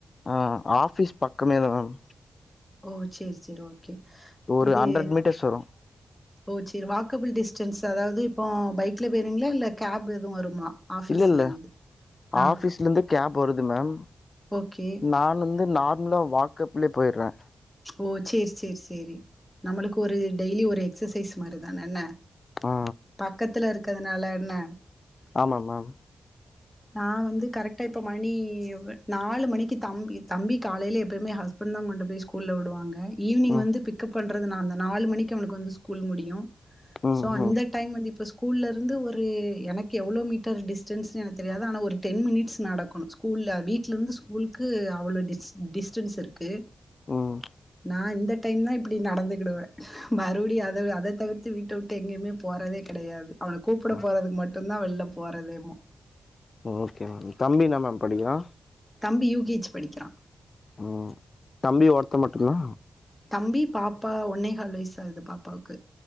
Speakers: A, on the left; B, in the centre.
A: ஆ ஆபிஸ் பக்கமே தா மேம்
B: ஓ சேரி சேரி ஓகே
A: ஒரு
B: இது
A: ஹண்ட்ரட் மீட்டர்ஸ் வரு
B: ஓ சேரி வாக்கபிள் டிஸ்டன்ஸ் அதாவது இப்போ பைக்ல போய்ருவீங்ளா இல்ல கேப் எதுவு வருமா ஆஃபீஸ்ல
A: இல்ல இல்ல
B: இருந்து ஆ
A: ஆபிஸ்ல இருந்து கேப் வருது மேம்
B: ஓகே
A: நானும் நார்மலா வாக்அப்லயே போயிர்றே
B: ஓ சேரி சேரி சேரி நம்மளுக்கு ஒரு டெய்லி ஒரு எக்ஸசைஸ் மாதிரி தான என்ன
A: ஆ
B: பக்கத்துல இருக்க இருக்கதுனால என்ன
A: ஆமா மேம்
B: நா வந்து கரெக்டா இப்ப மணி நாலு மணிக்கு தம்பி தம்பி காலேல்ல எப்பயுமே ஹஸ்பண்டு தா கொண்டு போய் ஸ்கூல்ல விடுவாங்க ஈவ்னி்ங்
A: ம்
B: வந்து பிக்கப் பண் பறது நா அந்த நாலு மணிக்கு அவனுக்கு வந்து ஸ்கூல் முடியு
A: ம்
B: சோ அந்த
A: ம்
B: டைம் வந்து இப்ப ஸ்கூல்லருந்து ஒரு எனக்கு எவ்ளோ மீட்டர் டிஸ்டன்ஸ்ன்னு எனக்கு தெரியாது ஆனா ஒரு டென் மினிட்ஸ் நடக்கணு ஸ்கூல்ல வீட்லருந்து ஸ்கூலுக்கு அவ்ளோ டிஸ் டிஸ்டன்ஸ் இருக்கு
A: ம்
B: நா இந்த டைம் தா இப்டி நடந்துக்கிடுவே மறுபடியு அத அத தவிர்த்து வீட்ட விட்டு எங்கேயுமே போறதே கெடயாது அவள கூப்ட
A: ம்
B: போறதுக்கு மட்டுந்தா வெளில போரதேமோ
A: ஓகே மேம் தம்பி என்ன மேம் படிக்குறா
B: தம்பி யூ கே ஜி படிக்கிறா
A: உம் தம்பியோட இப்ப மட்டுன்னா
B: தம்பி பாப்பா ஒன்னே கால் வயசு தா ஆகுது பாப்பாவுக்கு